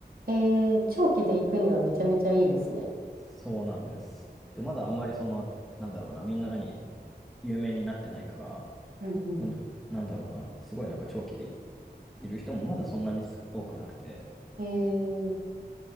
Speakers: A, on the right; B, in the centre.
A: えー、長期で行くにはめちゃめちゃいいですね。
B: そうなんです。で、まだあんまりその、なんだろうな、みんなに有名になってないから、
A: うんう
B: その、なんだろうな、すごいなんか長期でいる人もまだそんなに多くなくて、
A: ん。えー、